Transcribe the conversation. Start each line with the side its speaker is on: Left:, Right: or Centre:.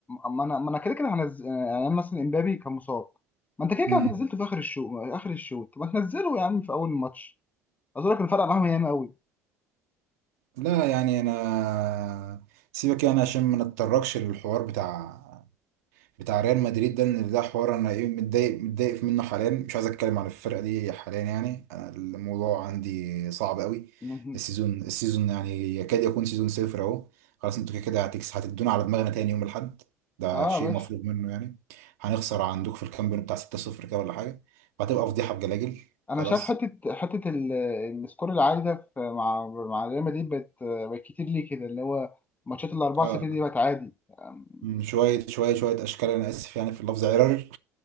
Left: ما انا ما انا كده كده هنزل يعني مثلا امبابي كان مصاب ما انت كده كده
Right: امم
Left: نزلته في اخر الشوط اخر الشوط ما تنزله يا عم في اول الماتش عايز اقول لك الفرق معاهم ياما قوي
Right: لا يعني انا سيبك يعني عشان ما نتطرقش للحوار بتاع بتاع ريال مدريد ده ان ده حوار انا ايه متضايق متضايق منه حاليا مش عايز اتكلم عن الفرقه دي حاليا يعني انا الموضوع عندي صعب قوي
Left: مهم.
Right: السيزون السيزون يعني يكاد يكون سيزون صفر اهو خلاص انتوا كده كده هتكس هتدونا على دماغنا تاني يوم الاحد ده
Left: اه
Right: شيء
Left: يا باشا
Right: مفروغ منه يعني هنخسر عندك في الكامب نو بتاع 6-0 كده ولا حاجه وهتبقى فضيحه بجلاجل
Left: انا
Right: خلاص
Left: شايف حته حته ال- السكور العالي ده في مع مع ريال مدريد بقت بقت كتير ليه كده اللي هو ماتشات الاربعه
Right: اه
Left: صفر دي بقت عادي آم،
Right: مم، شويه شويه شويه اشكال انا اسف يعني في اللفظ عرر